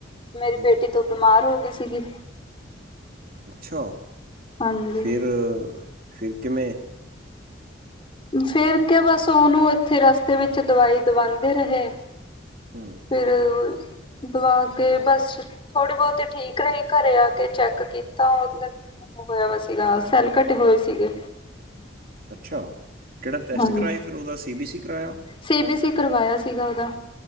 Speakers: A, on the left; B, on the right.
A: ਮੇਰੀ
B: ਹੂੰ
A: ਬੇਟੀ ਤੋ ਬਿਮਾਰ ਹੋ ਗਈ ਸੀਗੀ।
B: ਅੱਛਾ
A: ਹਾਂਜੀ
B: ਫਿਰ, ਫਿਰ ਕਿਵੇਂ।
A: ਫਿਰ ਕੇ ਬਸ ਉਹਨੂੰ ਇੱਥੇ ਰਸਤੇ ਵਿੱਚ ਦਵਾਈ ਦਵਾਉਂਦੇ ਰਹੇ।
B: ਹੂ
A: ਫਿਰ ਔ ਦਵਾ ਕੇ ਬਸ ਥੋੜੀ ਬਹੁਤੀ ਠੀਕ ਰਹੀ ਘਰੇ ਆ ਕੇ ਚੈੱਕ ਕੀਤੀ। ਤਾਂ ਉਧਰਮ ਹੋਇਆਂ ਵਾ ਸੀਗਾ ਸੈੱਲ ਘਟੇ ਹੋਏ ਸੀਗੇ।
B: ਅੱਛਾ, ਕਿਹੜਾ ਟੈਸਟ
A: ਹਾਂਜੀ
B: ਕਰਾਏ, ਫਿਰ ਉਹਦਾ ਸੀ ਬੀ ਸੀ ਕਰਵਾਇਆ।
A: ਸੀ ਬੀ ਸੀ ਕਰਵਾਇਆ ਸੀਗਾ ਉਹਦਾ।